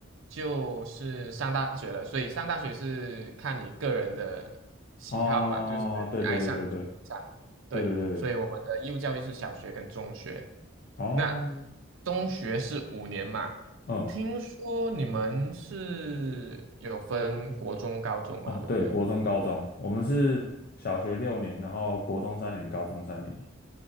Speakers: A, on the right; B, on the left.
A: 就是上大学了。所以上大学是看你个人的喜好嘛，
B: 哦，
A: 就是你爱上你就上了。
B: 对对对对对
A: 对，
B: 对对对对，
A: 所以我们的义务教育是小学跟中学。
B: 哦，
A: 那中学是五年嘛？
B: 嗯。
A: 听说你们是有分国中、高中嘛，
B: 哦，
A: 对不对？
B: 对，国中、高中，我们是小学六年，然后国中三年，高中三年。